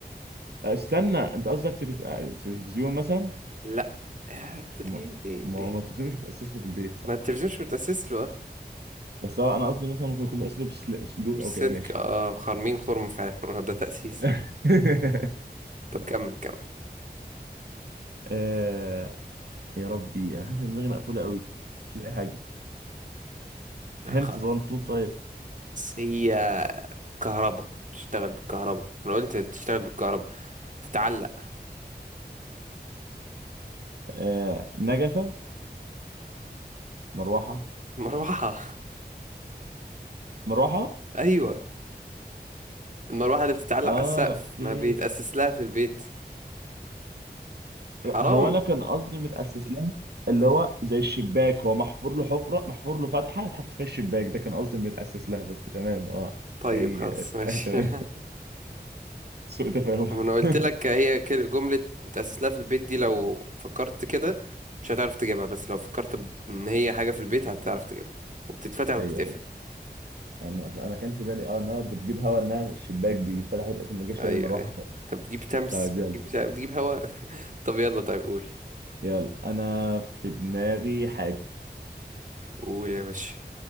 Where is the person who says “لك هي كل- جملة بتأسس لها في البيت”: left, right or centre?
Right